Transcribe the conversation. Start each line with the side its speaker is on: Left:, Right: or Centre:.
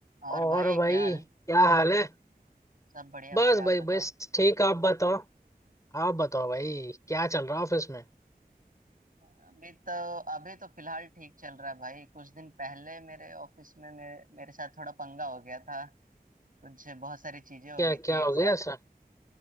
Right: और
Left: और
Right: भाई
Left: भाई
Right: क्या हाल
Left: क्या हाल है
Right: सब बढ़िया
Left: बस
Right: भाई आप
Left: भाई
Right: बताओ
Left: बस ठीक आप बताओ आप बताओ भाई क्या चल रहा ऑफिस में
Right: अभी तो अभी तो फिलहाल ठीक चल रहा है भाई कुछ दिन पहले मेरे ऑफिस में मेरे मेरे साथ थोड़ा पंगा हो गया था कुछ बहुत सारी चीजें हो
Left: क्या
Right: गई
Left: क्या
Right: थी एक
Left: हो
Right: साथ
Left: गया ऐसा